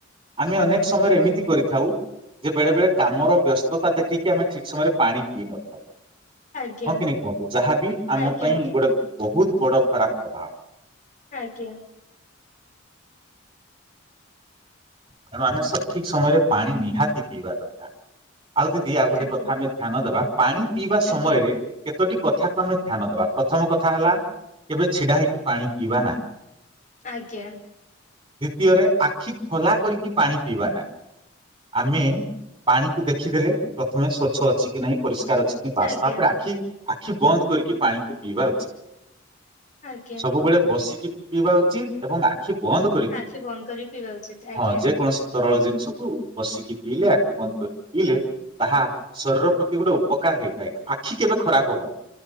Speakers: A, on the right; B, on the left.
A: ଆମେ ଅନେକ ସମୟରେ ଏମିତି କରିଥାଉ। ଯେ ବେଳେ ବେଳେ କାମର ବ୍ୟସ୍ତତା ଦେଖିକି ଆମେ ଠିକ ସମୟରେ ପାଣି ପିଇ ନଥାଉ।
B: ଆଜ୍ଞା
A: ହଁ କି ନି କୁହନ୍ତୁ ଯାହାବି ଆମ
B: ଆଜ୍ଞା
A: ପାଇଁ ଗୋଟେ ବହୁତ ବଡ ଖରାପ ପ୍ରଭାବ।
B: ଆଜ୍ଞା।
A: ତେଣୁ ଆମେ ସଠିକ ସମୟରେ ପାଣି ନିହାତି ପିଇବା ଦରକାର ଆଉ ଦି ବି ଆଉ ଗୋଟେ
B: ଆଜ୍ଞା
A: କଥା ଆମେ ଧ୍ୟାନ ଦେବା ପାଣି ପିଇବା ସମୟରେ
B: ଆଜ୍ଞା
A: କେତୋଟି କଥାକୁ ଆମେ ଧ୍ୟାନ ଦବା ପ୍ରଥମ କଥା ହେଲା କେବେ ଛିଡା ହେଇକି ପାଣି ପିଇବା ନାହିଁ।
B: ଆଜ୍ଞା।
A: ଦୁତୀୟରେ ଆଖି ଖୋଲା କରିକି ପାଣି ପିଇବା ନାହିଁ। ଆମେ ପାଣିକୁ ଦେଖିଦେଲେ ପ୍ରଥମେ ସ୍ଵଚ୍ଛ ଅଛି କି ନାହିଁ ପରିଷ୍କାର ଅଛି।
B: ଆଜ୍ଞା
A: ବାସ୍ ତାପରେ ଆଖି ଆଖି ବନ୍ଦ କରିକି ପାଣିକୁ ପିଇବା ଉଚିତ।
B: ଆଜ୍ଞା
A: ସବୁବେଳେ ବସିକି ପିଇବା ଉଚିତ ଏବଂ ଆଖି ବନ୍ଦ କରି
B: ଆଖି ବନ୍ଦ କରି ପିଇବା ଉଚିତ। ଆଜ୍ଞା
A: ହଁ ଯେକୌଣସି ତରଳ ଜିନିଷକୁ ବସିକି ପିଇଲେ ଆଖି ବନ୍ଦ କରିକି ପିଇଲେ ତାହା ଶରୀର ପ୍ରତି ଗୋଟେ ଉପକାର ହେଇଥାଏ ଆଖି କେବେ ଖରାପ ହବନି।